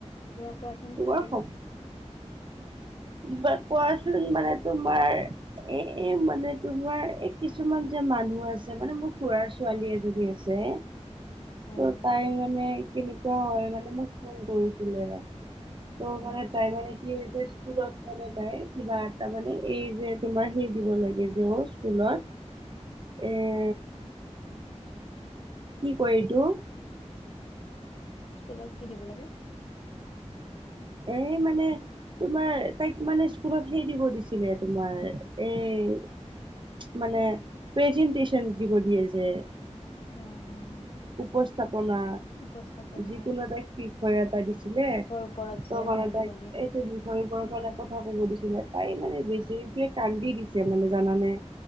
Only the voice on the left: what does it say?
কিবা কোৱাচোন
আজি?
হয়
হয়
অ
স্কুলত কি দিব লাগে?
অ', হয় হয়।
উপস্থাপনা
বিষয়ৰ ওপৰত
যে
হয়
দিব দিয়ে
উম
উম